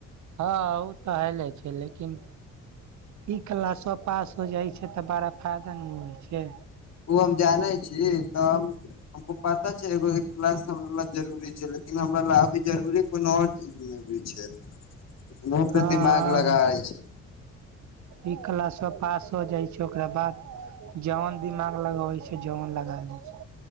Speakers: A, on the right; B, on the left.
A: हँ ओ तऽ हायले छै लेकिन इ क्लासो पास हो जाय छै तऽ बड़ा फायदा न होइ छै
B: ओ हम जानै छी तऽ हम हमको पता छै एगो एक क्लास हमरा लए जरूरी छै लेकिन हमरा लए अभी जरूरी कोनो आओर चीज भी छै मुह पे
A: हँ
B: दिमाग लगा यै छै
A: ई क्लास पास हो जाइ छै ओकरा बाद जोयन दिमाग लगाबै छै जओन लगा लै छै